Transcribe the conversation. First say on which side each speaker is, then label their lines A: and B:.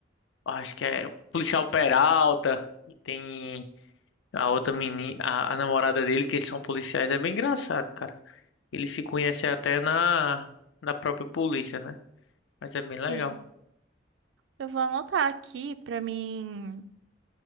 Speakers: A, on the left; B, on the right.
A: acho que é o policial Peralta e tem a outra menina, a, a namorada dele, que eles são policiais, é bem engraçado, cara. Eles se conhecem até na na própria polícia, né? Mas é bem
B: Sim.
A: legal.
B: Eu vou anotar aqui pra mim,